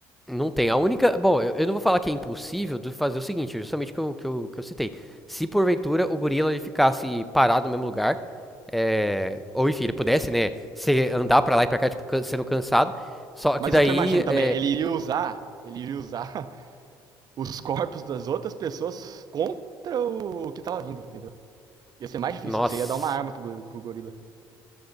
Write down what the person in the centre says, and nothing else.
Não tem. A única. Bom, eu, eu não vou falar que é impossível de fazer o seguinte, justamente que eu, que eu, que eu citei. Se porventura o gorila ele ficasse parado no mesmo lugar, é, ou enfim, ele pudesse, né, se andar pra lá e pra cá, tipo, can- sendo cansado. Só
que daí,
é,
nossa,